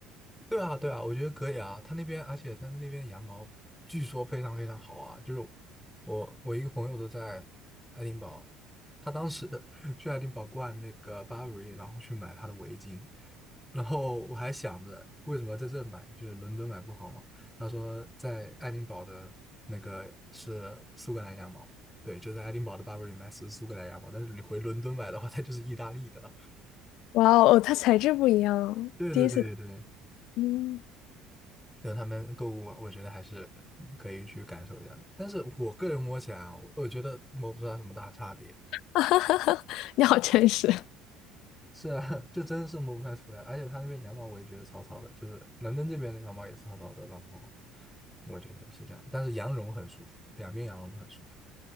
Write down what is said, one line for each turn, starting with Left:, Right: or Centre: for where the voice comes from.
Centre: 对啊，对啊，我觉得可以啊。他那边，而且他们那边羊毛据说非常非常好啊。就是我我一个朋友都在爱丁堡，他当时 <laughs> 去爱丁堡逛那个 Burberry，然后去买他的围巾，然后我还想着为什么在这买，就是伦敦买不好嘛。他说在爱丁堡的那个是苏格兰羊毛，对，就在爱丁堡的 Burberry 买是苏格兰羊毛，但是你回伦敦买的话，它就是意大利的了。
Left: 哇哦，哦它材质不一样哦，
Centre: 对对对对，
Left: 第一次，嗯，
Centre: 就他们购物嘛我觉得还是可以去感受一下的。但是我个人摸起来啊，我我觉得摸不出来什么大差别。
Left: <laughs> 你好诚实。
Centre: 是啊，<laughs> 就真是摸不太出来。而且他那边羊毛我也觉得草草的，就是伦敦这边的羊毛也是草草的。然后我觉得是这样，但是羊绒很舒服，两边羊绒都很舒服，